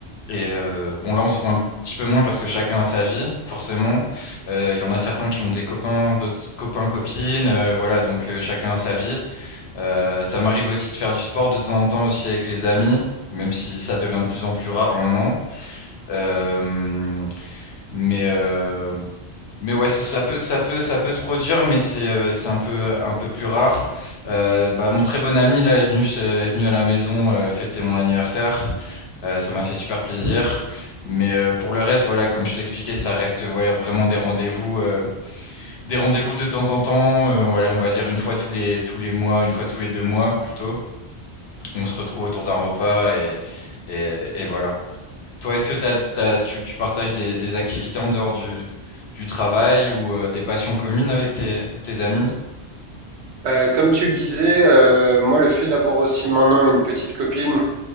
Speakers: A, on the left (about 70°); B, on the right (about 75°).
A: et euh, bon, là, on se voit un petit peu moins parce que chacun a sa vie, forcément. Euh, Il y en a certains qui ont des copains, d'autres copains, copines. euh, voilà, donc euh, chacun a sa vie. Euh, ça m'arrive aussi de faire du sport de temps en temps aussi avec les amis, même si ça devient de plus en plus rare maintenant. Euh, mais euh, mais ouais, ça, ça peut ça peut ça peut se produire, mais c'est euh, c'est un peu un peu plus rare. Euh, bah, mon très bon ami là est venu se- est venu à la maison euh, fêter mon anniversaire. Euh, ça m'a fait super plaisir. Mais euh, pour le reste, voilà, comme je t'expliquais, ça reste voilà, vraiment des rendez-vous, euh, des rendez-vous de temps en temps. euh, on va, on va dire une fois tous les tous les mois, une fois tous les deux mois plutôt. On se retrouve autour d'un repas et, et, et voilà. Toi, est-ce que t'as- t'as- tu, tu partages des, des activités en dehors du, du travail ou euh, des passions communes avec tes, tes amis?
B: Euh, comme tu le disais, euh, moi le fait d'avoir aussi maintenant une petite copine